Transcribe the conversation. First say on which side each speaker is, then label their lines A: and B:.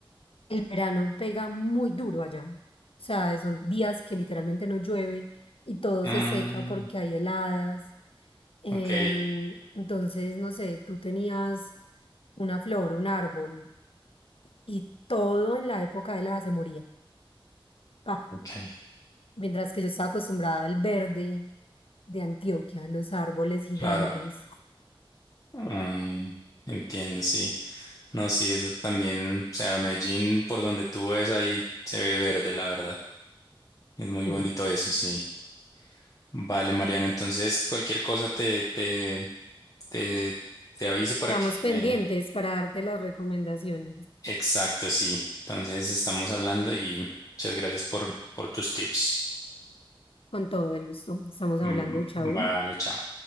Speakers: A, on the left; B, on the left.
A: El verano pega muy duro allá. O sea, son días que literalmente no llueve y todo
B: Mm,
A: se seca porque hay heladas. Em,
B: ok,
A: entonces, no sé, tú tenías una flor, un árbol y todo en la época de helada se moría. pa.
B: ok,
A: Mientras que yo estaba acostumbrada al verde de Antioquia, los árboles gigantes.
B: claro. Mm, entiendo, sí. No, sí, eso también, o sea, Medellín, por donde tú ves ahí, se ve verde, la verdad. Es muy
A: Sí.
B: bonito eso, sí. Vale, Mariana, entonces cualquier cosa te, te, te, te aviso para
A: Quedamos
B: que
A: pendientes
B: me...
A: para darte las recomendaciones.
B: Exacto, sí. Entonces estamos hablando y muchas gracias por, por tus tips.
A: Con todo el gusto. Estamos
B: Mm,
A: hablando, chau.
B: Vale, chao.